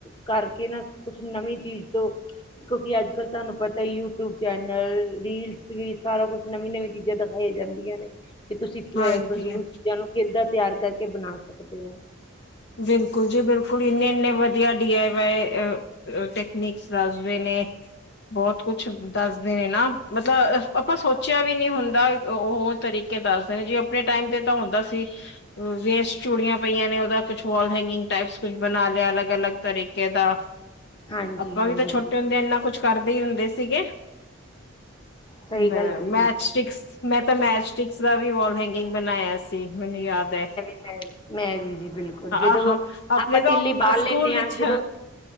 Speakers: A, on the left; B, on the left.
A: ਕਰਕੇ ਨਾ, ਕੁਛ ਨਵੀਂ ਚੀਜ਼ ਤੋ ਦੇਖੋ ਕਿ, ਅੱਜ-ਕੱਲ ਤੁਹਾਨੂੰ ਪਤਾ ਈ ਯੂਟਿਊਬ ਚੈਨਲ, ਰੀਲਸ ਵਿੱਚ ਵੀ ਸਾਰਾ ਕੁਛ ਨਵੀਂ-ਨਵੀਂ ਚੀਜ਼ਾ, ਦਿਖਾਈਆਂ ਜਾਂਦੀਆਂ ਨੇ। ਕਿ ਤੁਸੀਂ ਅ,
B: ਹਾਂਜੀ
A: ਫਜ਼ੂਲ ਚੀਜ਼ਾਂ ਨੂੰ ਕਿੱਦਾਂ ਤਿਆਰ ਕਰਕੇ ਬਣਾ ਸਕਦੇ ਓ।
B: ਬਿਲਕੁਲ ਜੀ, ਬਿਲਕੁਲ‌, ਇੰਨੇ-ਇੰਨੇ ਵਧੀਆ ਡੀ ਆਏ ਵਾਏ ਅ, ਟੇਕਨੀਕਸ ਦੱਸਦੇ ਨੇ‌। ਬਹੁਤ ਕੁਛ ਦੱਸਦੇ ਨੇ ਨਾ, ਮਤਲਬ ਆਪਾ ਸੋਚਿਆ ਵੀ ਨੀ ਹੁੰਦਾ, ਉਹ ਤਰੀ ਕੇ ਦੱਸਦੇ ਨੇ, ਜੀ ਆਪਣੇ ਟਾਈਮ ਤੇ ਤਾ‌ ਹੁੰਦਾ ਸੀ ਵੇਸਟ ਚੂੜੀਆਂ ਪਈਆਂ ਨੇ ਉਹਦਾ ਕੁਛ ਵੌਲ ਹੈਂਗਿੰਗ ਟਾਈਪਸ ਕੁਛ ਬਣਾ ਲਿਆ, ਅਲਗ-ਅਲਗ ਤਰੀਕੇ ਦਾ।
A: ਹਾਂਜੀ
B: ਆਪਾਂ
A: ਹਾਂਜੀ
B: ਵੀ ਤਾ
A: ਬਿਲਕੁਲ
B: ਛੋਟੇ ਹੁੰਦੇ, ਇੰਨਾ ਕੁਛ ਕਰਦੇ ਹੀ ਹੁੰਦੇ ਸੀਗੇ।
A: ਸਹੀ
B: ਮੈਂ,
A: ਗੱਲ ਕਹੀ
B: ਮੈਚ
A: ਬਿਲਕੁਲ
B: ਸਟਿਕਸ ਮੈਂ ਤਾਂ ਮੈਚ ਸਟਿਕਸ ਦਾ ਵੀ ਵੌਲ ਹੈਂਗਿੰਗ ਬਣਾਇਆ ਸੀ, ਮੈਨੂੰ ਯਾਦ ਐ।
A: ਮੈ-ਮੈਂ ਵੀ ਜੀ ਬਿਲਕੁਲ, ਜਿਦੋਂ
B: ਆਹਾਂ ਆਪਣੇ
A: ਆਪਾਂ
B: ਤਾਂ
A: ਤਿੱਲੀ ਬਾਲ
B: ਸਕੂਲ
A: ਲੈਂਨੇ
B: ਵਿੱਚ
A: ਆ, ਜਦੋਂ